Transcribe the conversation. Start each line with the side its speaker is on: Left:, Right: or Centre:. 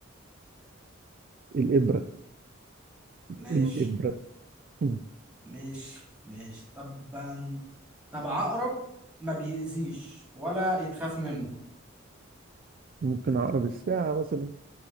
Right: الابره
Centre: ماشي
Right: الابره مم.
Centre: ماشي ماشي طبعا طب عقرب ما بيأذيش ولا يتخاف منه
Right: ممكن عقرب الساعه مثلا